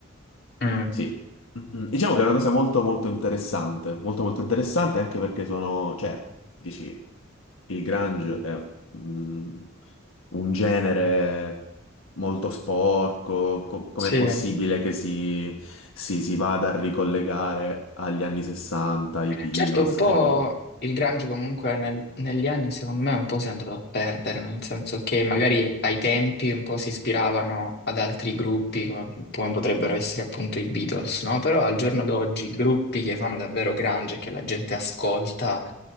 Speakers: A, on the left; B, on the left.
A: Mm,
B: Sì. Mm, mm. Diciamo che è una cosa molto molto interessante, molto molto interessante anche perché sono, cioè, dici, il grunge è mm, un genere molto sporco, co- com'è
A: Sì.
B: possibile che si, si- si vada a ricollegare agli anni 60, ai Beatles?
A: Certo, un po'
B: E invece...
A: il grunge comunque nel- negli anni secondo me un po' si è andato a perdere, nel senso che magari ai tempi un po' si ispiravano ad altri gruppi come, come potrebbero essere appunto i Beatles, no? Però al giorno d'oggi gruppi che fanno davvero grunge e che la gente ascolta